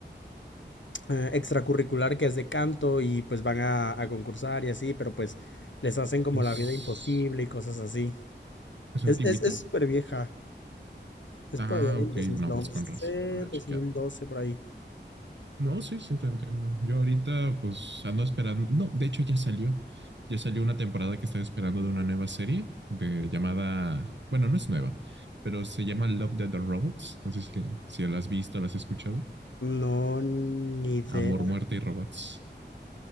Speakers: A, on the left; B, on the right.
A: eh, extracurricular que es de canto y pues van a, a concursar y así, pero pues les hacen como
B: ¿Es,
A: la vida imposible y cosas así.
B: es antigüita?
A: Es, es, es súper vieja, es
B: Ah,
A: por allá del
B: ok,
A: dos dos mil
B: no,
A: once
B: pues con razón, no lo
A: dos
B: he checado.
A: mil doce por ahí.
B: No, sí, sí, te entiendo. Yo ahorita pues ando esperando, no, de hecho ya salió, ya salió una temporada que estoy esperando de una nueva serie de llamada, bueno, no es nueva, pero se llama Love, Death and Robots. No sé si, si la has visto, la has escuchado.
A: No, ni idea.
B: Amor, muerte y robots.